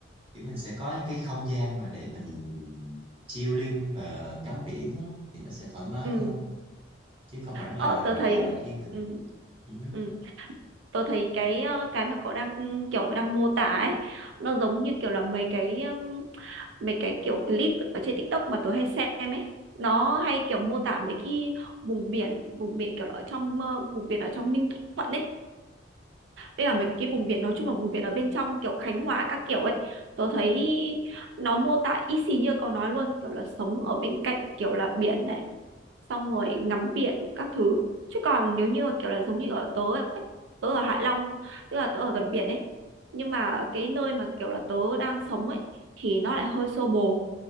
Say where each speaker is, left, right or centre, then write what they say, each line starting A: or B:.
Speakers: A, on the right (about 30°); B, on the right (about 65°).
A: kiểu mình sẽ có những cái không gian mà để mình chilling và ngắm biển á, thì nó sẽ thoải mái
B: Ừ.
A: hơn chứ không hẳn
B: Ờ,
A: là
B: tớ thấy
A: là yên bình
B: ừ,
A: Ừ hứ.
B: ừ, tớ thấy cái ờ, cái mà cậu đang ừ, kiểu đang mô tả ấy nó giống như kiểu là mấy cái um, mấy cái kiểu clip ở trên TikTok mà tớ hay xem ấy nó hay kiểu mô tả mấy cái vùng biển vùng biển kiểu là ở trong ờ, vùng biển ở trong Ninh Thuận ấy với cả mấy cái
A: Ờ,
B: vùng biển nói chung là vùng biển ở bên trong kiểu Khánh Hòa các kiểu ấy tớ thấy nó mô tả y xì như cậu nói luôn kiểu là sống ở bên cạnh kiểu là biển này xong rồi ngắm biển các thứ chứ còn nếu như kiểu là giống như ở tớ ấy, tớ ở Hạ Long tức là tớ ở gần biển ấy nhưng mà cái nơi mà kiểu là tớ đang sống ấy thì nó lại hơi xô bồ